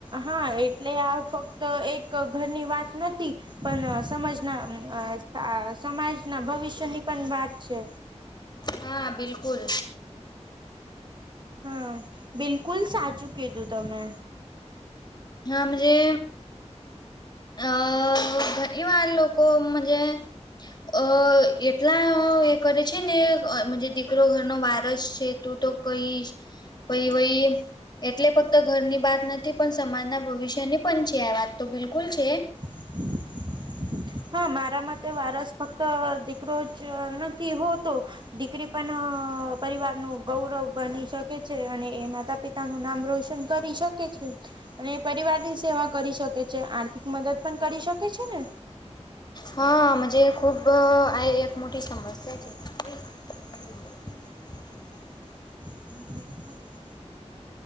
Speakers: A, on the right; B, on the left.
A: હા એટલે આ ફક્ત એક ઘરની વાત નથી પણ આ સમાજના આ સમાજના ભવિષ્યની પણ વાત છે.
B: હા બિલકુલ.
A: હા બિલકુલ સાચું કીધું તમે.
B: હમજે આ ઘણીવાર લોકો હમજે અ એટલા એ કરે છે ને આ દીકરો ઘરનો વારસ છે તો તો કહીશ પાહિ વહી એટલે ફક્ત ઘરની બાત નથી પણ સમાજના ભવિષ્યની પણ છે આ વાત તો બિલકુલ છે.
A: <inaudible> હા મારા માટે વારસ ફક્ત દીકરો જ નથી હોતો. દીકરી પણ પરિવાર નું ગૌરવ બની શકે છે અને એ માતા પિત તા નું નામ રોશન કરી શકે છે અને પરિવારની સેવા કરી શકે છે આર્થિક મદદ પણ કરી શકે છે ને?
B: હા મજે ખૂબ આ એક મોટી સમસ્યા છે. <unintelligible>
A: <unintelligible>